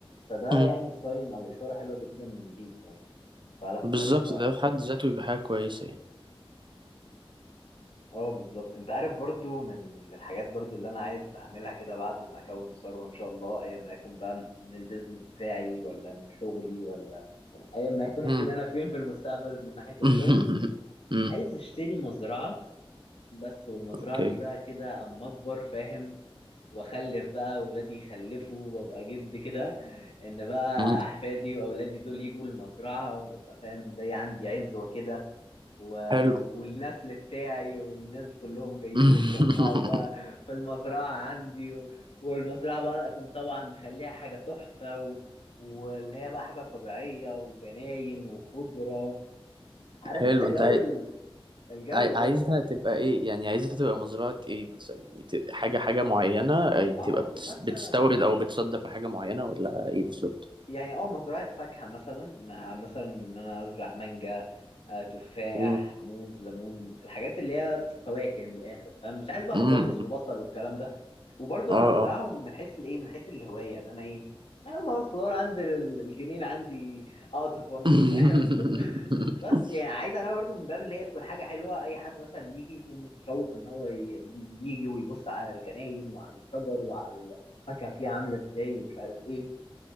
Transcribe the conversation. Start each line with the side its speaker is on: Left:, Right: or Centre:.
Left: فده
Right: مم.
Left: يعني ساين أو إشارة حلوة جدا ليك يعني فلا
Right: بالظبط
Left: بجد
Right: ده في حد ذاته يبقى حاجة كويسة يعني
Left: اه بالظبط انت عارف برضو من الحاجات برضو اللي انا عايز اعملها كده بعد ما اكون ثروة ان شاء الله ايا ما يكون بقى من البيزنس بتاعي ولا من شغلي ولا ايا ما يكون
Right: مم.
Left: هكون انا فين في المستقبل من ناحية الشغل
Right: <laughs> مم.
Left: عايز اشتري مزرعة بس والمزرعة
Right: اوكي
Left: دي بقى كده اما اكبر فاهم واخلف بقى ولادي يخلفوا وابقى جد كده ان بقى
Right: مم.
Left: احفادي واولادي دول يجوا المزرعة وابقى فاهم زي عندي عزوة كده و...
Right: حلو
Left: والنسل بتاعي والناس كلهم جايين
Right: <laughs>
Left: يتجمعوا بقى في المزرعة عندي و... والمزرعة بقى أكون طبعا مخليها حاجة تحفة و... واللي هي بقى حاجة طبيعية وجناين وخضرة عارف
Right: حلو
Left: انت جو
Right: انت عاي...
Left: ال... الجو
Right: عاي...
Left: ده
Right: عايزها تبقى ايه يعني عايزها تبقى مزرعة ايه مثلا يعني ت... حاجة حاجة معينة يعني
Left: اه
Right: تبقى
Left: مثلا
Right: بتس... بتستورد او بتصدر حاجة معينة ولا ايه بالظبط
Left: يعني اه مزرعة فاكهة مثلا آه، مثلا ان انا ازرع مانجا آه، تفاح
Right: مم.
Left: موز ليمون الحاجات اللي هي فواكه من الاخر فمش عايز بقى
Right: مم.
Left: بطاطس وبصل والكلام ده وبرضو
Right: اه
Left: انا هزرعهم
Right: اه
Left: من حيث الايه من حيث الهواية ان انا ايه لا يوم ما عاوز خضار انزل ال- الجنينة عندي اقطف وامشي
Right: <laughs>
Left: فاهم <laughs> بس يعني عايز انا برضو من باب اللي هي تكون حاجة حلوة اي حد مثلا يجي يكون متشوق ان هو ي- ي- يجي ويبص على الجناين وعلى الشجر وعلى الفاكهة فيها عاملة ازاي ومش عارف ايه